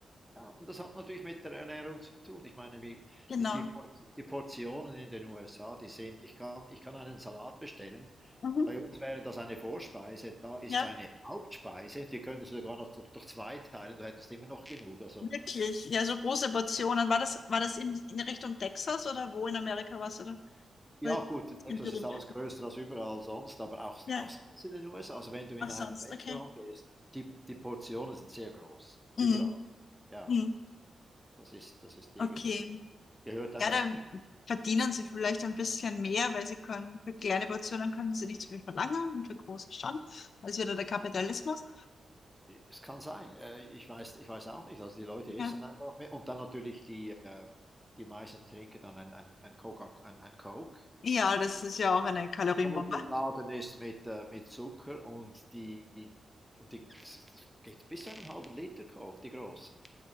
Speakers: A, in the centre; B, on the left.
A: Ja, und das hat natürlich mit der Ernährung zu tun. Ich meine, wie,
B: Genau.
A: die, die, Por- die Portionen in den USA, die sind, ich kann, ich kann einen Salat bestellen.
B: Mhm.
A: Bei uns wäre das eine Vorspeise, da ist
B: Ja,
A: es eine Hauptspeise die könntest du sogar noch durch, durch zwei teilen, du hättest immer noch genug. Also,
B: wirklich. Ja, so große Portionen. War das, war das in, in Richtung Texas oder wo in Amerika war's, oder?
A: ja,
B: Weil,
A: gut, in Texas
B: in Berühmt.
A: ist alles größer als überall sonst, aber auch,
B: Ja,
A: auch sonst in den USA. Also, wenn du in
B: auch sonst.
A: ein Restaurant
B: Okay.
A: gehst, die, die Portionen sind sehr groß,
B: Mhm.
A: überall. Ja,
B: Mhm.
A: das ist, das ist irgendwie,
B: Okay.
A: gehört einfach
B: Ja, dann verdienen sie vielleicht ein bisschen mehr, weil sie können, für kleine Portionen können sie nicht so viel verlangen und für große schon. Das ist wieder der Kapitalismus.
A: Es kann sein. Äh, ich weiß ich weiß auch nicht. Also, die Leute essen
B: Ja.
A: einfach mehr und dann natürlich die äh, die meisten trinken dann ein ein ein Coca ein ein Coke,
B: Ja, das ist ja auch eine Kalorienbombe.
A: vollgeladen ist mit, äh, mit Zucker und die und die das ist das geht bis zu einem halben Liter Coke, die großen.